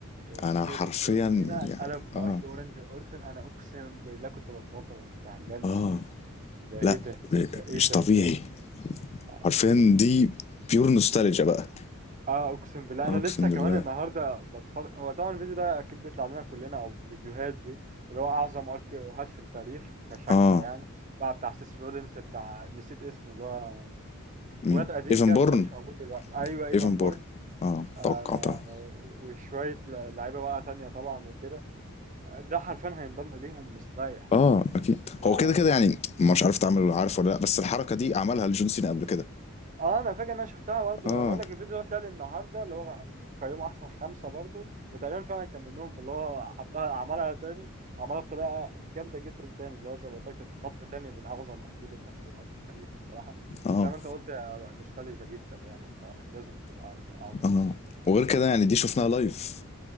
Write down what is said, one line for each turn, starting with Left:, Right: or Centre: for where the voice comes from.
Right: إيه،
Left: انا
Right: فينيش
Left: حرفيا
Right: جون سينا
Left: يعني
Right: اتقلب بارك
Left: اه
Right: راندي اورتون انا اقسم بالله كنت بتنطط أنا كنت هتجنن
Left: اه
Right: ده ايه
Left: لا
Right: ده
Left: م-
Right: ده ايه
Left: مش
Right: ده
Left: طبيعي
Right: يعني
Left: حرفيا دي بيور نوستالجيا بقى
Right: اه اقسم بالله
Left: آه،
Right: انا
Left: اقسم
Right: لسه كمان
Left: بالله
Right: النهارده بتفرج هو طبعا الفيديو ده اكيد بيطلع لنا كلنا او فيديوهات دي اللي هو اعظم ارك اوهات في التاريخ كشكل
Left: اه
Right: يعني بقى بتاع سيس رولينز بتاع نسيت اسمه اللي هو
Left: مين
Right: واد قديم
Left: ايفن
Right: كده
Left: بورن
Right: بس هو مش موجود دلوقتي ايوه ايفان
Left: ايفن
Right: بورن
Left: بورن اه
Right: آه
Left: توقعتها
Right: وشوية ل- لعيبة بقى تانية طبعا وكده ده حرفيا هينضم ليهم مستريح
Left: اه اكيد
Right: يعني
Left: هو كده كده يعني مش عارف تعمل عارف ولا لا بس الحركه دي عملها لجون سينا قبل كده
Right: اه انا فاكر ان انا شفتها برضو
Left: اه
Right: انا بقول لك الفيديو ده طلع لي النهارده اللي هو قيموا احسن خمسه برضو وتقريبا فعلا كان منهم اللي هو حطها عملها تاني وعملها بطريقه جامده جدا تاني اللي هو زي ما قلت لك تتحط تاني من اعظم اكيد الاركيوهات في التاريخ الصراحه
Left: اه
Right: وزي ما انت قلت آه، نوستالجيا جدا يعني فلازم تبقى من الاعظم
Left: اه وغير كده يعني دي شفناها لايف